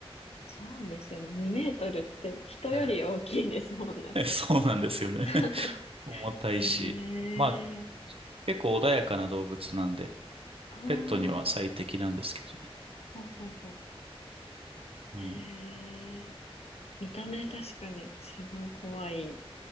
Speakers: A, on the left (about 80°); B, on the right (about 65°).
A: そうですよね。2メートルって人より大きいですもんね。
B: <laughs> そうなんですよね。
A: <laughs>
B: <laughs> 重たいし。
A: へえ。
B: まあ結構穏やかな動物なんで、
A: ああ、ほ
B: ペットには最適なんですけどね。
A: うほうほう。
B: はい、
A: へえ。見た目確かにすごい怖い